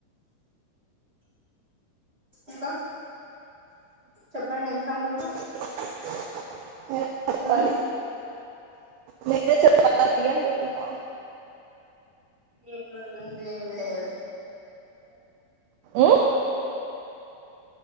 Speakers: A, on the right (about 40°); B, on the right (about 80°).
A: ఇంకా చెప్పండి ఎం సంగతలు
B: <unintelligible> చెప్పాలి
A: ఉమ్
B: మీరే చెప్పాలి అంటున్న
A: ఏముంది ఏం లేదు
B: ఉ